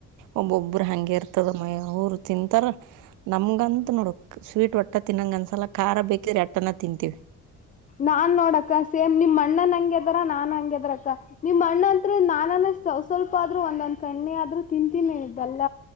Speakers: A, on the right; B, on the left.
A: ಒಬ್ಬೊಬ್ಬರು ಹಂಗೆ ಇರ್ತದ ಮಯಗಾ ಅವರು ತಿಂತಾರ ನಮಗಂತ ನೋಡು ಸ್ವೀಟ್ ಒಟ್ಟ ಒಟ್ಟ ತಿನ್ನಂಗ ಅನಸಲ್ಲ ಖಾರ ಬೇಕಿದ್ರೆ ಎಷ್ಟಣ ತಿಂತೀವಿ.
B: ನಾನ್ ನೋಡಕ್ಕ ಸೇಮ್ ನಿಮ್ ಅಣ್ಣನ್ ಹಂಗ್ಯದಾರ ನಾನ್ ಹಂಗದ್ರಕ್ಕ. ನಿಮ್ ಅಣ್ಣ ಅಂತ್ರು ನಾನಾನ ಸ್ವಲ್ಪ ಸ್ವಲ್ಪ ಆದ್ರೂ ಒಂದಂದ್ ಕಣ್ಣಿ ಆದ್ರರು ತಿಂತೀನಿ ಬೆಲ್ಲ